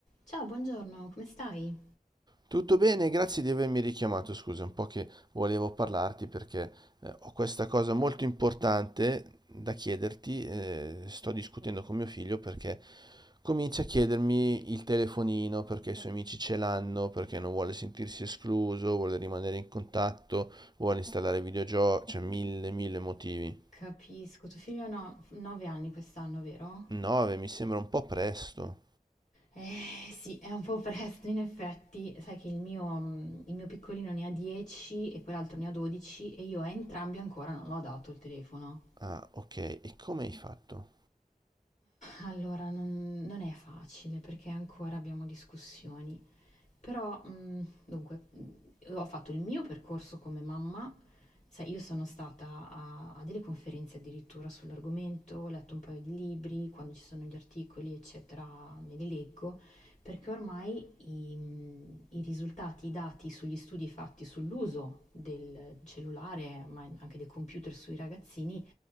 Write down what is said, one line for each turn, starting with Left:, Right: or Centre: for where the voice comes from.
Left: Ciao, buongiorno, come stai?
Right: Tutto bene, grazie di avermi richiamato. Scusa, è un po' che volevo parlarti perché eh, ho questa cosa molto importante da chiederti. eh, sto discutendo con mio figlio perché comincia a chiedermi il telefonino, perché i suoi amici ce l'hanno, perché non vuole sentirsi escluso, vuole rimanere in contatto, vuole installare videogiochi, cioè mille, mille motivi.
Left: Capisco, tuo figlio ha 9 anni quest'anno, vero?
Right: 9 mi sembra un po' presto.
Left: Eh sì, è un po' presto in effetti, sai che il mio, mm, il mio piccolino ne ha 10 e quell'altro ne ha 12 e io a entrambi ancora non l'ho dato il telefono.
Right: Ah, ok, e come hai fatto?
Left: Allora, non, non è facile perché ancora abbiamo discussioni. Però, mhmm, dunque, mhmm, ho fatto il mio percorso come mamma, sai io sono stata a a delle conferenze addirittura sull'argomento, ho letto un paio di libri, quando ci sono gli articoli, eccetera, me li leggo, perché ormai i mhmm, i risultati, i dati sugli studi fatti sull'uso del cellulare, ma in anche del computer sui ragazzini,